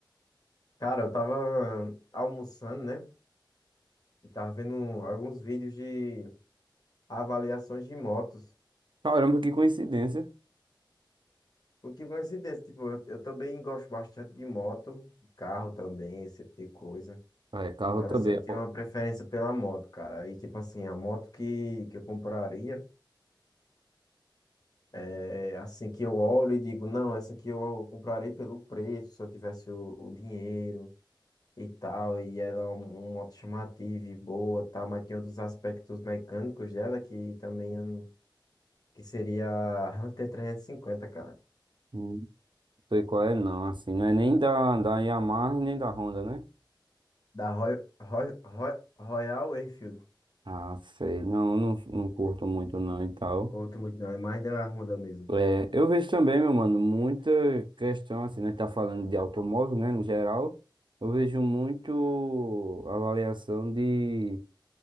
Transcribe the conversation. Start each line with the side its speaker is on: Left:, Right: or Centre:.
Left: Cara, eu tava almoçando, né? Eu tava vendo alguns vídeos de avaliações de motos.
Right: Caramba, que coincidência.
Left: O que coincidência, tipo, eu, eu também gosto bastante de moto, de carro também, esse tipo de coisa.
Right: Ah, É, carro
Left: Mas
Right: também.
Left: assim, eu tenho
Right: eu
Left: uma preferência pela moto, cara. E tipo assim, a moto que, que eu compraria, é assim que eu olho e digo, não, essa aqui eu comprarei pelo preço, se eu tivesse o, o dinheiro. e tal, e ela é um- uma moto chamativa e boa, tal, mas tem outros aspectos mecânicos dela que também eu não- que seria a Hunter 350, cara,
Right: Não sei qual é, não, assim, não é nem da, da Yamaha e nem da Honda, né?
Left: da Roy, Roy, Roy, Royal Enfield.
Right: Ah, sei, não, eu não, não curto muito não e tal.
Left: Curto muito não, é mais da Honda mesmo.
Right: É, eu vejo também, meu mano, muita questão, assim, né? Tá falando de automóvel, né, no geral. Eu vejo muito avaliação de,